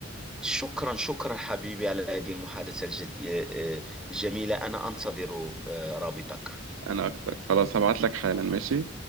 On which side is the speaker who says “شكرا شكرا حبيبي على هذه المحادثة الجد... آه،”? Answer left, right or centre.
Centre